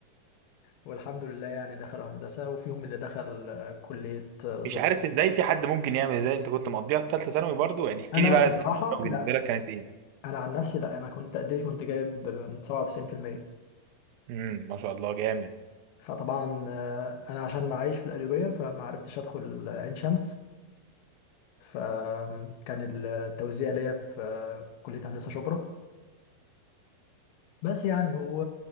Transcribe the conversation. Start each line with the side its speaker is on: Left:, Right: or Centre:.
Left: والحمد لله يعني دخلوا هندسة وفيهم اللي دخل آه، كلية آه، زب
Right: مش عارف ازاي في حد ممكن يعمل زي انت كنت مقضيها في ثالثه ثانوي برضو يعني احكي
Left: انا
Right: لي بقى
Left: بصراحة
Right: تالتة ثانوي
Left: لا
Right: بالنسبه لك كانت ايه
Left: انا عن نفسي لا انا كنت قد ايه كنت جايب آه، 97%
Right: امم ما شاء الله جامد
Left: فطبعا آه، انا عشان معايش في القليوبية فما عرفتش ادخل آه، عين شمس فكان التوزيع ليا في كلية هندسة شبرا بس يعني و...